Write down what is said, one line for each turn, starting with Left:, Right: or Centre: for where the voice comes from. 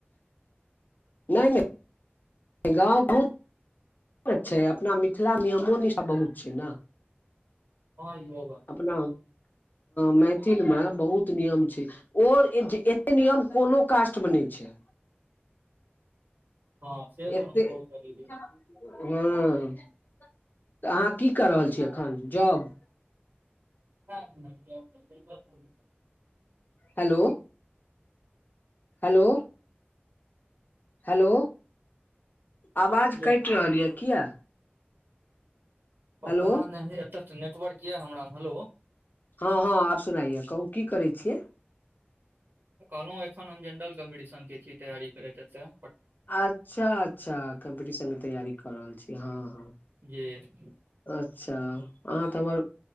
Left: नहि नहि गाव बहुत अच छै अपना मिथिला मे अमो निशा बहुत छै न
Right: ह यब।
Left: अपना मैथिल मे बहुत नियम छै। ओ एते नियम कोनो कास्ट मे नहि छै।
Right: हँ से तऽ
Left: एत।
Right: हम गौर करलियै
Left: हूँ तऽ अहाँ की कर रहल छीयै एखन जॉब
Right: ह <unintelligible>
Left: हेलो हेलो हेलो आवाज
Right: हेलो
Left: कटि रहल यऽ किया
Right: पता
Left: हेलो
Right: नहि एतऽ तऽ नेटवर्क यऽ हमरा मे हेलो
Left: हँ हँ आब सुनाइया कहू की करै छियै।
Right: कहलौं एखन हम जेनडल कम्पीटिशन के छी तैयारी करैत एतय
Left: अच्छा अच्छा कम्पीटिशन के तैयारी कर रहल छीयै हँ हँ।
Right: जी
Left: अच्छा अहाँ तऽ हमर